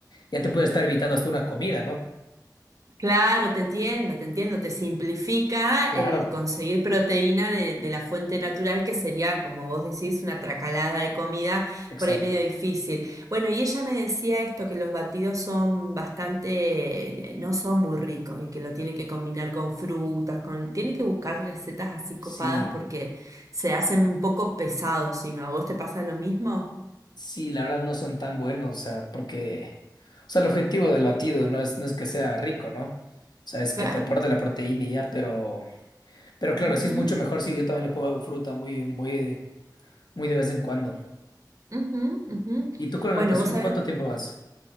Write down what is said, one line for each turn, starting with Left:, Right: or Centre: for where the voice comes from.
Left: ya te puede estar evitando hasta una comida, ¿no?
Right: Claro, te entiendo, te entiendo, te simplifica
Left: Claro,
Right: el conseguir proteína de, de la fuente natural, que sería, como vos decís, una tracalada de comida
Left: exacto.
Right: por ahí medio difícil. Bueno, y ella me decía esto, que los batidos son bastante, eh, no son muy ricos y que lo tiene que combinar con frutas, con, tiene que buscar recetas así
Left: Sí.
Right: copadas porque se hacen un poco pesados, si no, ¿a vos te pasa lo mismo?
Left: Sí, la verdad no son tan buenos, o sea, porque, o sea, el objetivo del batido no es, no es que sea rico, ¿no? O sea, es que
Right: Claro.
Left: te aporte la proteína y ya, pero, pero claro,
Right: Ujú,
Left: sí es mucho mejor si yo también le pongo fruta muy, muy, muy de vez en cuando.
Right: ujú, ujú.
Left: ¿Y tú con la
Right: Bueno,
Left: natación,
Right: vos sabés.
Left: cuánto tiempo vas?